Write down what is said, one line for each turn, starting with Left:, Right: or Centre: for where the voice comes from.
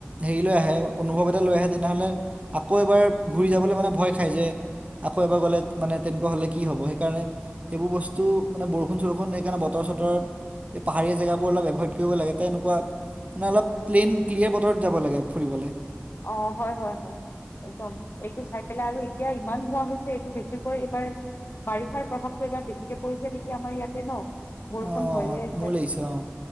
Right: হেৰি লৈ আহে, অনুভৱ এটা লৈ আহে তেনেহ'লে আকৌ এবাৰ ঘূৰি যাবলৈ মানে ভয়- খাই যে আকৌ এবাৰ গ'লে মানে তেনেকুৱা হ'লে কি হ'ব সেইকাৰণে- সেইবোৰ বস্তু, মানে বৰষুণ চৰষুণ সেইকাৰণে বতৰ চতৰ- এই পাহাৰীয়া জেগাবোৰ অলপ এভইড কৰিব লাগে। তেনেকুৱা- মানে অলপ প্লেন ক্লিয়াৰ বতৰত যাব লাগে ফুৰিবলে।
Left: অ হয় হয় হয়। একদম এইটো চাই পেলাই আৰু এতিয়া ইমান হোৱা হৈছে এইটো বেছিকৈ এইবাৰ- বাৰিষাৰ প্ৰভাৱতটো এবাৰ বেছিকে পৰিছে নেকি আমাৰ ইয়াতে ন? বৰষুণ
Right: অঁ
Left: হৈয়ে আছে।
Right: মোৰ লাগিছে অঁ